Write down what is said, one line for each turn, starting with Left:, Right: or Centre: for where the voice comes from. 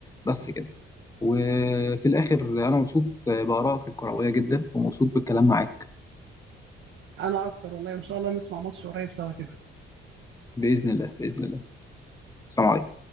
Left: بس كده وفي الاخر انا مبسوط بارائك الكرويه جدا ومبسوط بالكلام معاك
Right: انا اكتر والله وان شاء الله نسمع ماتش قريب سوا كده
Left: باذن الله باذن الله السلام عليكم